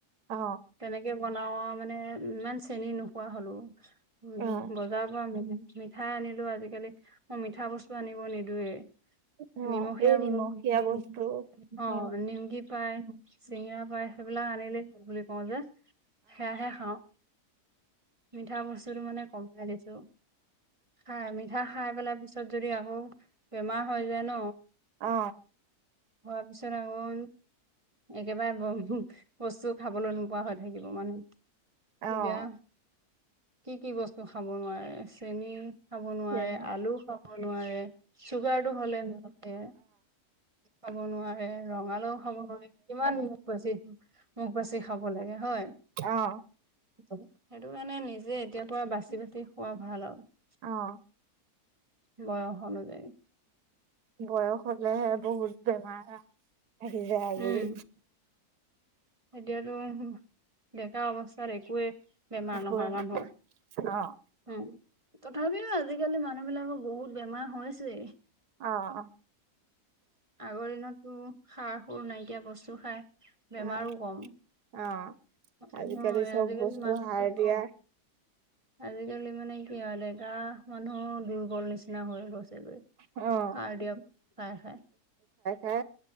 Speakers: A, on the right (about 85°); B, on the right (about 25°).
A: অ',
B: তেনেকে বনাও আৰু মানে, ইমান চেনি নোখোৱা হলো <unintelligible>
A: অ',
B: বজাৰৰ পৰা মিঠাই আনিলেও আজিকালি, মই মিঠা বস্তু আনিব নিদিওয়ে।
A: অ
B: নিমখীয়া
A: এই নিমখীয়া
B: বোলো, নিমকি
A: বস্তু
B: অ
A: উম,
B: নিমকি পাই, চিঙৰা পাই সেইবিলাক আনিলে বুলি কওঁ যে সেয়াহে খাওঁ। মিঠা বস্তুটো মানে কমাই দিছে। খাই মিঠা খাই পেলাই পিছত যদি আকৌ বেমাৰ হৈ যায় ন
A: অ।
B: হোৱাৰ পিছত আকৌ একেবাৰে ব বস্তু খাবলৈ নোপোৱা হৈ থাকিব মানে।
A: অ',
B: এতিয়া কি কি বস্তু খাব নোৱাৰে, চেনি খাব নোৱাৰে,
A: তেনে
B: আলু খাব নোৱাৰে, চুগাৰটো হ'লে ন খাব নোৱাৰে, ৰঙালাও খাব নোৱাৰে, কিমান মুখ বাচি মুখ বাচি খাব লাগে হয়?
A: অহ।
B: সেইটো কাৰণে নিজে এতিয়াৰ পৰা বাচি বাচি খোৱা ভাল আৰু
A: অ',
B: বয়স অনুযায়ী।
A: বয়স হলেহে বহুত বেমাৰ আহি যাই আগুৰি।
B: উম, এতিয়াতো ডেকা অৱস্থাত একোৱে বেমাৰ
A: একোৱে
B: নহয় মানুহ,
A: অ',
B: উম। তথাপিও আজিকালি মানুহবিলাকৰ বহুত বেমাৰ হৈছেই।
A: অ অ।
B: আগৰ দিনতটো সাৰ সুৰ নাইকিয়া বস্তু খাই বেমাৰো
A: হয়।
B: কম।
A: অ',
B: মানুহৰ
A: আজিকালি চব
B: আজিকালি
A: বস্তু
B: মানুহ
A: সাৰ দিয়া।
B: অ', আজিকালি মানে কি হয় ডেকা মানুহ দুৰ্বল নিচিনা হৈ গৈছ ছে গৈ
A: অ',
B: সাৰ দিয়া হয় হয়।
A: হে?